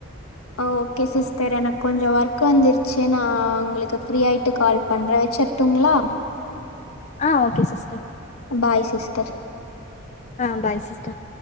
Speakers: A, on the left (about 80°); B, on the left (about 30°).
A: ஓகே சிஸ்டர் எனக்கு கொஞ்சோ ஒர்க் வந்துருச்சி நா உங்களுக்கு ஃப்ரீயாயிட்டு கால் பண்றே வெச்சிறுட்டுங்ளா
B: ஆ ஓகே சிஸ்டர்
A: பாய் சிஸ்டர்
B: ஆ பாய் சிஸ்டர்